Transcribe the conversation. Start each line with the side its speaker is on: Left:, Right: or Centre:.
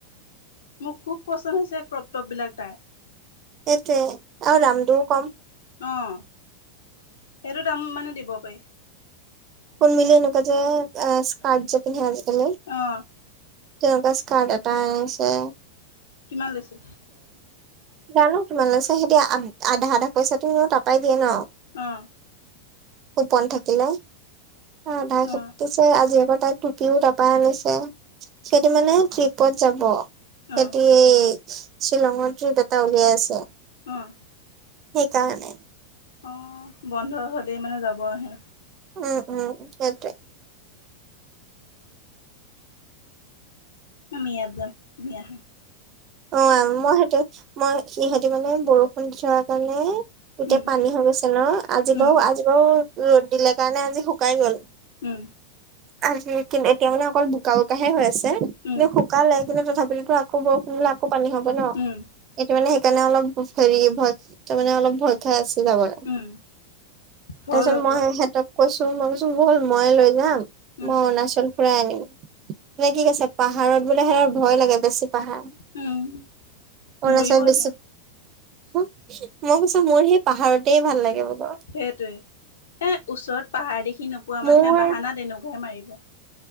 Left: মোৰ খুব পচন্দ হৈছে ক্ৰপটপ বিলাক তাইৰ
Right: সেইটোৱে আৰু ৰামদু কম
Left: অঁ সেইটো দাম মানে দিব পাৰে
Right: কোন মিল এনেকুৱ যে <unintelligible> যে পিনহে আজিকাল
Left: অঁ
Right: তেনেুৱা <unintelligible> এটা আনিছে
Left: কিমান লৈছে
Right: জানো তোমাল লৈ ছা সিদি আধা আধা পইচাটোও তাৰাপাই দিয়ে ন
Left: অ
Right: কোপন থাকিলে আধা
Left: অ',
Right: পিছে আজি আকৌ তাইৰ টুপিও তপা আনিছে সেইটো মানে ট্ৰিপত যাব সিহতি
Left: অ',
Right: শ্বিলঙৰ ট্ৰিপ এটা উলিয়াই আছে
Left: অ
Right: সেইকাৰণে
Left: অ বন্ধ হলেই মানে যাব আহি
Right: উম উম সেইটোয়ে
Left: আমি ইয়াত যাম তুমি আহা
Right: অ মই সতে মই সিহতে মানে বৰষুণ দি থৰা কাৰণে এতিয়া
Left: উম,
Right: পানী হৈ গৈছে ন আজি
Left: উম,
Right: বাৰু আজি বাৰু ৰ'দ দিলে কাৰণে আজি শুকাই গ'ল
Left: উম
Right: আজি কিন এতিয়া মানে অকল বোকা বোকাহে হৈ আছে। কিন্তুু
Left: উম,
Right: শুক কালে কিন্তু তথাপিতোতো আকৌ বৰষুণ দিলে আকৌ পানী হ'ব ন!
Left: উম,
Right: এইটো মানে সেইকাৰণে অলপ হেৰি ভজ ত মানে অলপ ভজ খাই আছে যাবলে।
Left: উম, হয়
Right: তাৰ পিছত
Left: আকৌ
Right: মই এহেঁতক কৈছো মই কৈছো বল ময়ে লৈ যাম,
Left: উম,
Right: মই অৰুণাচল ফুৰাই আনিম। নে কি কৈছে, পাহাৰত বোলে সেৰ' ভয় লাগে, বেছি পাহাৰ।
Left: উম।
Right: অৰুণাচল
Left: মৰিবহে
Right: বেছি। হু, মই কৈছো মোৰ সেই পাহাৰতেই ভাল লাগে বোলো।
Left: সেইটোৱে এ, ওচৰত পাহাৰ দেখি নোপোৱা
Right: মোৰ
Left: মানুহে বাহানা তেনেকুৱাহে মাৰিব।